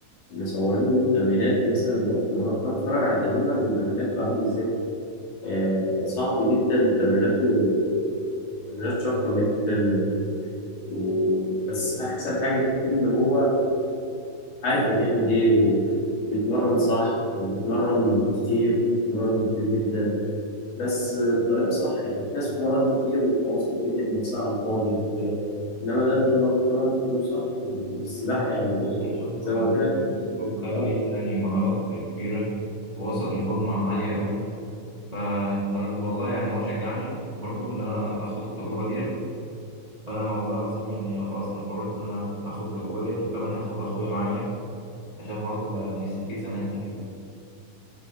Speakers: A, on the left; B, on the right.
A: مصورين له التمرينات مثلا اللي هو بيتمرنها اتفرج على تمرين واحد من تمريناته عامل ازاي آه صعب جدا تمريناته تمرينات شاقة جدا و... و... بس أحسن حاجة فيه إن هو عارف هو بيعمل إيه وبيتمرن صح وبيتمرن كتير بيتمرن كتير جدا بس بطريقه صح يعني في ناس بتتمرن كتير وخلاص بتجهد نفسها على الفاضي او كده انما ده بيتمرن كتير وصح والسباحه
B: ده حقيقي
A: يعني
B: أنا شفته
A: زي ما قلت لك
B: أنا شفته وكان
A: اه
B: ليه يعني مهارات كبيرة ووصل لفورمة عالية أوي ف... فأنا بقول والله يعني هو شجعني برضو إن أنا آخد التجربة ديت فانا والله العظيم يعني أنا خلاص انا قررت ان انا هاخد التجربه ديت وكمان هاخد اخويا معايا عشان برضه يبقى يستفيد زي ما انا هستفيد